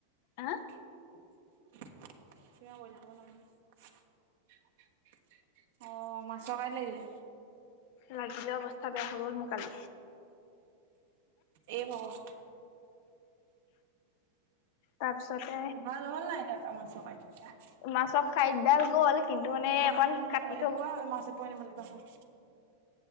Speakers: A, on the left (about 60°); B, on the right (about 65°).
A: আ?
B: <unintelligible> অ মাছ কাইত লাগিলে?
A: লাগিলে অৱস্থা বেয়া হ'ল মোৰ কালি।
B: এই ভাগ
A: তাৰপিছতে
B: <inaudible> ভাল হ'ল নাই এতিয়া মাছৰ কাইট <unintelligible>
A: মাছক কাঁইট ডাল গ'ল কিন্তু মানে
B: মাংস
A: অকমান
B: ম
A: কাটি থৈ
B: এপুৱ মাছ এপুৱা আনিব দিবা হোৱা।